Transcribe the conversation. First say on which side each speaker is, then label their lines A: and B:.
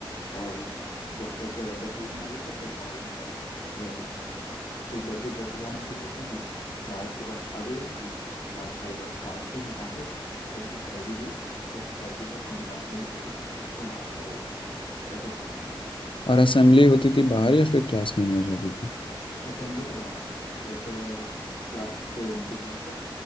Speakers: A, on the left (about 90°); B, on the left (about 70°).
A: और जब तक बसेस नहीं आती तब तक बाहर भी कार लगा सकते थे ऐसे फिर जैसे ही बसेस आना शुरू होती थी गार्ड्स के पास चाबी रहती थी गार्ड सारे गार्ड्स फिर हटा के एक सोसाइटी थी तो सोसाइटी का कॉन्ट्रैक्ट ले रहता था तो वहां पे लगा देते थे ऐसा था हमारा
B: और असेंबली होती थी बाहर या फिर क्लास में ही हो जाती थी
A: असेंबली तो बाहर लाइक क्लास से नीचे बुलाते थे